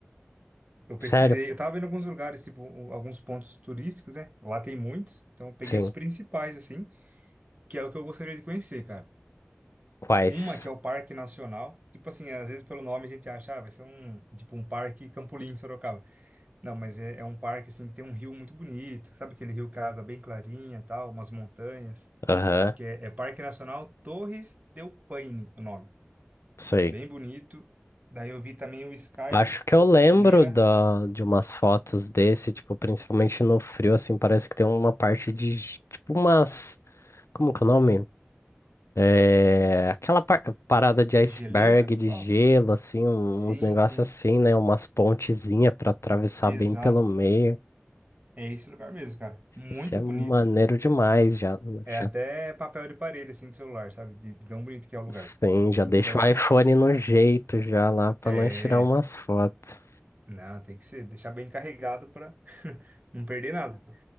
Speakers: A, on the right; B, on the left.
A: Eu
B: Sério?
A: pesquisei, eu tava vendo alguns lugares, tipo, o- alguns pontos turísticos, né? Lá tem muitos, então eu peguei
B: Sim.
A: os principais, assim, que é o que eu gostaria de conhecer, cara.
B: Quais?
A: Uma que é o Parque Nacional, tipo assim, às vezes pelo nome a gente acha, ah, vai ser um, tipo, um parque Campolim, Sorocaba. Não, mas é, é um parque, assim, que tem um rio muito bonito, sabe aquele rio com a água é bem clarinha, tal, umas montanhas,
B: Aham,
A: que é, é Parque Nacional Torres del Paine, o nome.
B: sei.
A: Bem bonito. Daí eu vi também o Sky
B: Acho que
A: Costaneira
B: eu lembro da, de umas fotos desse, tipo, principalmente no frio, assim, parece que tem uma parte de, gi- tipo, umas, como que é o nome? É, aquela par- parada de iceberg,
A: de Geleiras,
B: de
A: fala?
B: gelo, assim, um-
A: Sim,
B: uns negócios
A: sim.
B: assim, né? Umas pontezinhas pra atravessar
A: Exato.
B: bem pelo meio.
A: É esse lugar mesmo, cara. Muito
B: Isso é maneiro
A: bonito.
B: demais, já,
A: É
B: já,
A: até papel de parede, assim, de celular, sabe? De, de tão bonito que é o lugar.
B: sim, já
A: Então,
B: deixa o iPhone no jeito já lá pra
A: é...
B: nós tirar umas fotos.
A: Não, tem que ser, deixar bem carregado pra <laughs> não perder nada.